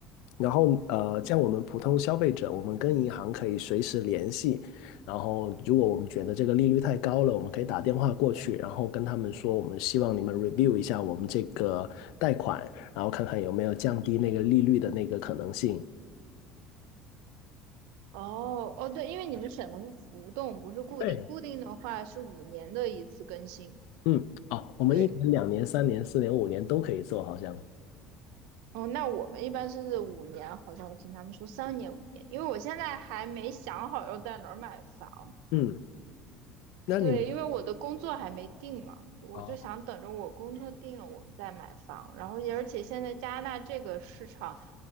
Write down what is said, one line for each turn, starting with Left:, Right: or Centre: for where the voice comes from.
Left: 然后呃，像我们普通消费者，我们跟银行可以随时联系。然后如果我们觉得这个利率太高了，我们可以打电话过去，然后跟他们说，我们希望你们 review 一下我们这个贷款，然后看看有没有降低那个利率的那个可能性。
Right: 哦哦，对，因为你们选的是浮动，不是固定，
Left: 对，
Right: 固定的话是五年的一次更新。
Left: 嗯，哦，我们一年、
Right: 对。
Left: 两年、三年、四年、五年都可以做，好像。
Right: 哦，那我们一般是五年，好像我听他们说三年、五年，因为我现在还没想好要在哪儿买房。
Left: 嗯，那你们
Right: 对，因为我的工作还没定嘛，我就想等着我工作定了，
Left: 哦，
Right: 我们再买房。然后也而且现在加拿大这个市场，